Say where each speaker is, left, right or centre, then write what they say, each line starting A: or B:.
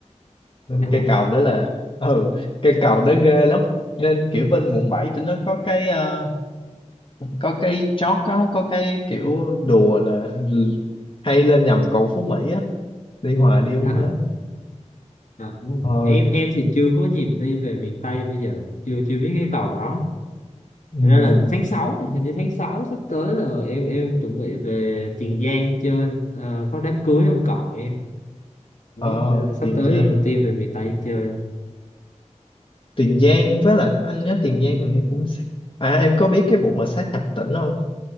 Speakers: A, on the left; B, on the left.
A: nên
B: đúng
A: cây
B: rồi
A: cầu đó là ừ cây cầu đó ghê lắm nên kiểu bên quận 7 tụi nó có cái ờ, có cái chót có có cái kiểu đùa là hay lên nhầm cầu Phú Mỹ á đi hoài đi không
B: <laughs>
A: hết
B: À, không.
A: ờ
B: em em thì chưa có dịp đi về miền Tây bây giờ chưa chưa biết cái cầu đó
A: ừm,
B: Thật ra là tháng 6 này hình như tháng 6 sắp tới là em em chuẩn bị về Tiền Giang chơi à, có đám cưới ông cậu em Đấy,
A: ờ
B: ờ, sắp
A: Tiền
B: tới
A: Giang
B: là đầu tiên về miền Tây chơi
A: Tiền Giang với lại anh nhớ Tiền Giang hình như cũng sát à em có biết cái vụ mà sát nhập tỉnh không